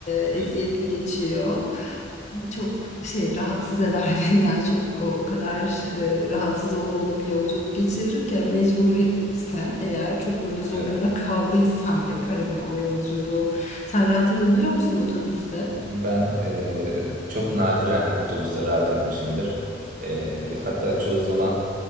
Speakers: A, on the left; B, on the right.
A: e,
B: Evet.
A: eziyetli geçiyor. E, Çok şey rahatsız eder <laughs> beni yani çok o, o kadar e, rahatsız ola ola bir yolculuk geçiririm ki yani mecbur ise eğer çok böyle zorunda
B: Evet.
A: kaldıysam yaparım ya o yolculuğu. Sen rahat edebiliyor musun otobüste?
B: Şimdi Ben eee, çok nadiren otobüste rahat etmişimdir. Eee, hatta çoğu zaman